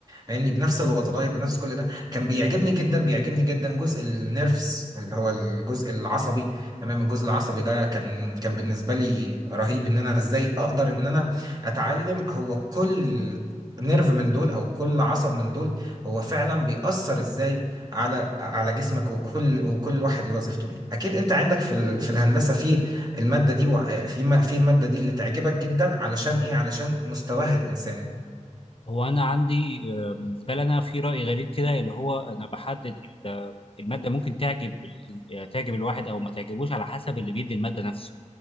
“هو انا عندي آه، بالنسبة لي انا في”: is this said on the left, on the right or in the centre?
Left